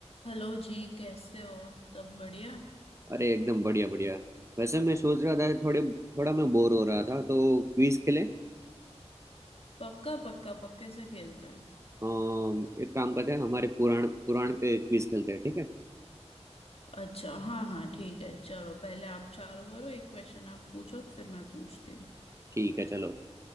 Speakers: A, on the left; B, on the right.
A: Hello जी कैसे हो सब बढ़िया
B: अरे एकदम बढ़िया बढ़िया वैसे मैं सोच रहा था थोड़े थोड़ा मैं बोर हो रहा था तो क्विज खेले
A: पक्का पक्का पक्के से खेलते हैं
B: अम, एक काम करते हैं हमारे पुराण पुराण पे क्विज खेलते हैं ठीक है
A: अच्छा हाँ हाँ ठीक है चलो पहले आप चालू करो एक क्वेश्चन आप पूछो फिर मैं पूछती हूँ
B: ठीक है चलो